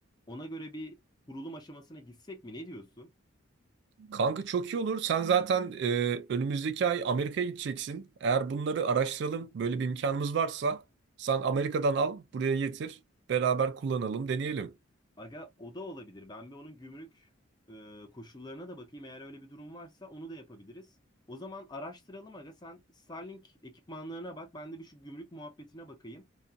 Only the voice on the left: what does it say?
Ona göre bir kurulum aşamasına gitsek mi? Ne diyorsun?
Aga o da olabilir. Ben bir onun gümrük e, koşullarına da bakayım. Eğer öyle bir durum varsa onu da yapabiliriz. O zaman araştıralım aga. Sen Starlink ekipmanlarına bak. Ben de bir şu gümrük muhabbetine bakayım.